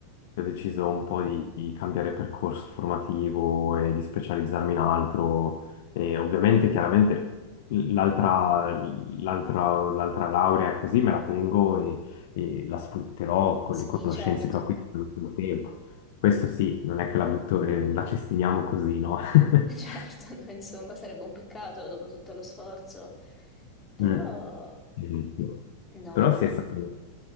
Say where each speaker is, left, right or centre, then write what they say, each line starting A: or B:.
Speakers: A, on the left; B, on the left.
A: ho deciso un po' di, di cambiare percorso formativo e di specializzarmi in altro. E ovviamente, chiaramente, l'altra l'altra- l'altra laurea così me la tengo e, e la sfrutterò con
B: Sì,
A: le conoscenze
B: certo.
A: che ho acquisito nell'ultimo tempo. Questo sì, non è che la butto, e la cestiniamo così, no? <laughs>
B: <laughs> Certo, no, insomma, sarebbe un peccato dopo tutto lo sforzo, però
A: Mm. di più.
B: no,
A: Però
B: no,
A: sì,
B: no.
A: è stato,